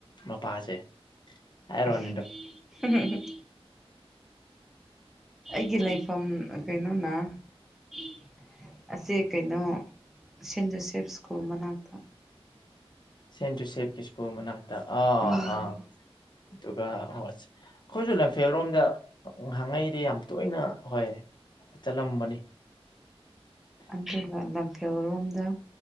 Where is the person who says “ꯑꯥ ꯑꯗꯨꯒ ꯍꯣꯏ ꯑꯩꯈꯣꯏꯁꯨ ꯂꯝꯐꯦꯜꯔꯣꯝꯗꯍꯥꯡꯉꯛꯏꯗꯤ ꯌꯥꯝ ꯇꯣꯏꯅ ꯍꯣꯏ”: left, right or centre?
Left